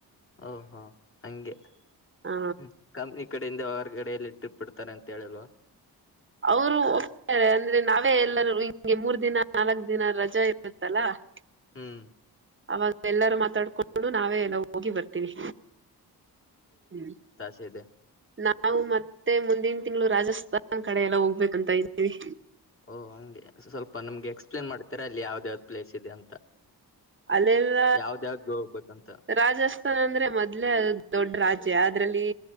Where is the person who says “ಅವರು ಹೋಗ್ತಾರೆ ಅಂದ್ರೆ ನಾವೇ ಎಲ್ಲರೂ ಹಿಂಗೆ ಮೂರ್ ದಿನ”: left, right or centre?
Right